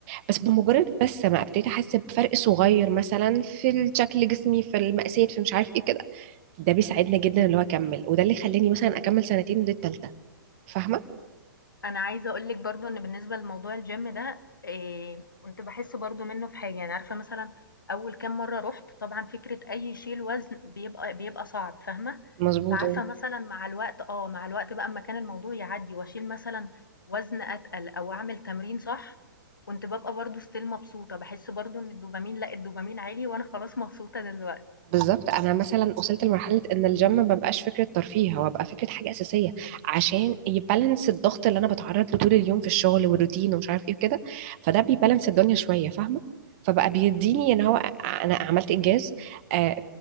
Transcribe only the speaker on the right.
بس بمجرد بس ما ابتديت احس بفرق صغير مثلا في شكل جسمي في المقاسات في مش عارف ايه كده ده بيساعدنا جدا اللي هو اكمل وده اللي خلاني مثلا اكمل سنتين ودي التالتة فاهمة
مظبوط
بالظبط انا مثلا وصلت لمرحله ان الجيم ما بقاش فكره ترفيه هو بقى فكره حاجه اساسيه عشان يبالانس الضغط اللي انا بتعرض له طول اليوم في الشغل والروتين ومش عارف ايه وكده فده بيبالانس الدنيا شويه فاهمه فبقى بيديني ان هو انا عملت انجاز آه،